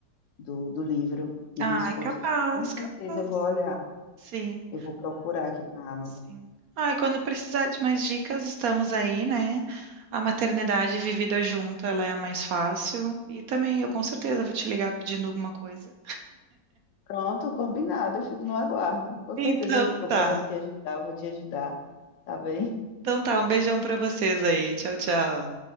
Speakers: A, on the left (about 80°); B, on the right (about 65°).
A: do, do livro e
B: Ai,
A: dos posts.
B: capaz,
A: Com certeza
B: capaz.
A: eu vou olhar.
B: Sim.
A: Eu vou procurar aqui na Amazon.
B: Sim. Ah, e quando precisar de mais dicas, estamos aí, né? A maternidade vivida junta, ela é mais fácil. E também eu com certeza vou te ligar pedindo alguma coisa.
A: Pronto, combinado. Eu fico no aguardo. Com
B: Então
A: certeza eu, eu
B: tá.
A: podendo te ajudar, eu vou te ajudar. Tá bem?
B: Então tá, um beijão pra vocês aí. Tchau, tchau.